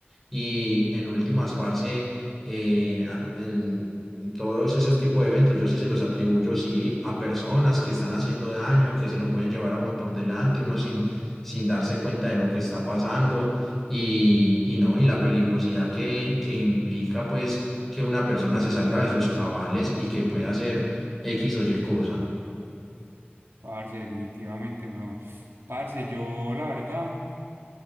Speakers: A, in the centre; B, on the right.
A: Y en últimas, parce, eh, a- en todos esos tipos de eventos, yo sí se los atribuyo, sí, a personas que están haciendo daño, que se lo pueden llevar a uno por delante, uno sin, sin darse cuenta de lo que está pasando y, y no, y la peligrosidad que, que implica, pues, que una persona se salga de sus cabales y que pueda hacer X o Y cosa.
B: Parce, definitivamente, weón. Parce, yo la verdad